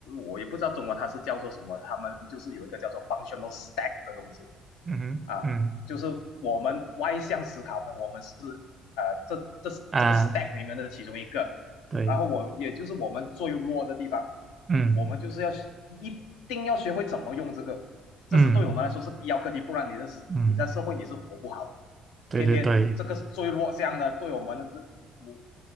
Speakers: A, on the left; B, on the right.
A: 我也不知道中文它是叫做什么，他们就是有一个叫做 functional stack 的东西，
B: 嗯哼嗯
A: 啊，就是我们外向思考呢，我们是呃这这这个
B: 啊，
A: stack 里面的其中一个，
B: 对，
A: 然后我也就是我们最弱的地方，
B: 嗯
A: 我们就是要一定要学会怎么用这个，这是对我们来说是必要课题，
B: 嗯
A: 不然你的你在社会你是活不好，
B: 嗯，对对对，
A: 偏偏这个最弱项呢，对我们的是我